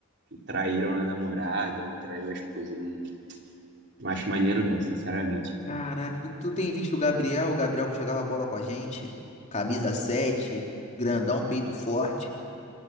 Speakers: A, on the right; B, on the left.
A: traíram a namorada ou traiu a esposa. Não, não acho maneiro não, sinceramente.
B: caraca, tu, tu tem visto o Gabriel, o Gabriel que jogava bola com a gente? Camisa 7 grandão, peito forte.